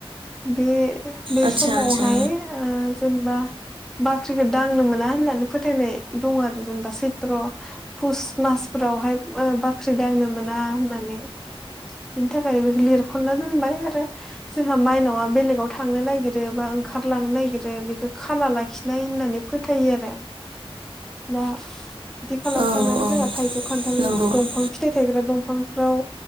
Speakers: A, in the centre; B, on the right (about 60°).
A: बे बे
B: आतसा
A: समावहाय
B: आतसा
A: ओ जेनबा बाख्रिखौ दांनो मोना होननानै फोथायनाय दं आरो जेनबा चैत्र फुस मासफोरावहाय ओ बाख्रि दांनो मोना होननानै। बिनि थाखाय बे लिरख'ना दोनबाय आरो। जोंहा मायनावा बेलेगाव थांनो नागिरोब बा ओं लांनो नागिरो बेखौ खाना लाखिनाय होननानै फोथायो आरो। दा बिदि खालामखांनानै
B: ओ औ औ
A: जोंहा थाइजौ, खान्थाल,
B: नंगौ
A: दंफां
B: ओं
A: फिथाइ थायग्रा दंफांफ्राव